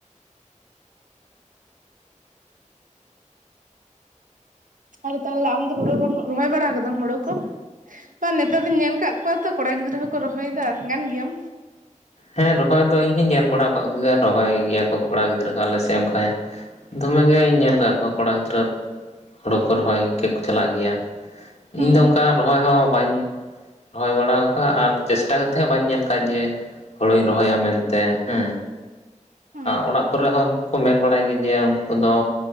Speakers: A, on the right; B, on the left.
A: ᱟᱫᱚ ᱛᱟᱦᱞᱮ ᱟᱢ ᱫᱚ ᱦᱳᱲᱳ ᱠᱚᱢ ᱨᱚᱦᱚᱭ ᱵᱟᱲᱟ ᱠᱟᱫᱟᱢ ᱦᱳᱲᱳ ᱠᱚ? ᱥᱮᱜ ᱵᱟ ᱱᱮᱛᱟᱨ ᱫᱚᱧ ᱧᱮᱞ ᱠᱟᱫ ᱠᱚᱣᱟ ᱛᱚ ᱠᱚᱲᱟ ᱜᱤᱫᱽᱨᱟᱹ ᱦᱚᱸᱠᱚ ᱨᱚᱦᱚᱭ ᱫᱟ ᱜᱟᱱ ᱜᱮᱭᱟᱢ?
B: ᱦᱮᱸ ᱨᱚᱦᱚᱭ ᱫᱚ ᱤᱧ ᱦᱚᱧ ᱧᱮᱞ ᱵᱟᱲᱟᱣ ᱠᱟᱜ ᱠᱚ ᱜᱮᱭᱟ ᱨᱚᱦᱚᱭ ᱜᱮᱭᱟ ᱠᱚ ᱠᱚᱲᱟ ᱜᱤᱫᱽᱨᱟᱹ ᱦᱚᱸ ᱟᱞᱮ ᱥᱮᱫ ᱚᱝᱠᱟ ᱾ ᱫᱚᱢᱮᱜᱮᱧ ᱧᱮᱞ ᱟᱠᱟᱫ ᱠᱚᱣᱟ ᱠᱚᱲᱟ ᱜᱤᱫᱽᱨᱟᱹ ᱦᱳᱲᱳ ᱠᱚ ᱨᱚᱦᱚᱭ ᱠᱷᱮᱛ ᱠᱚ ᱪᱟᱞᱟᱜ ᱜᱮᱭᱟ ᱾
A: ᱦᱩᱸ
B: ᱤᱧ ᱫᱚ ᱚᱱᱠᱟ ᱨᱚᱦᱚᱭ ᱦᱚᱸ ᱵᱟᱹᱧ ᱨᱚᱦᱚᱭ ᱵᱟᱲ ᱠᱟᱜᱼᱟ ᱪᱮᱥᱴᱟ ᱠᱟᱛᱮ ᱦᱚᱸ ᱵᱟᱹᱧ ᱧᱮᱞ ᱥᱟᱡᱮ ᱦᱳᱲᱳᱧ ᱨᱚᱦᱚᱭᱟ ᱢᱮᱱᱛᱮ ᱦᱮᱸ,
A: ᱦᱩᱸ
B: ᱚᱲᱟᱜ ᱠᱚᱨᱮ ᱦᱚᱸ ᱠᱚ ᱢᱮᱱ ᱵᱟᱲᱟᱭ ᱜᱮᱭᱟ ᱡᱮ ᱩᱱᱠᱩ ᱫᱚ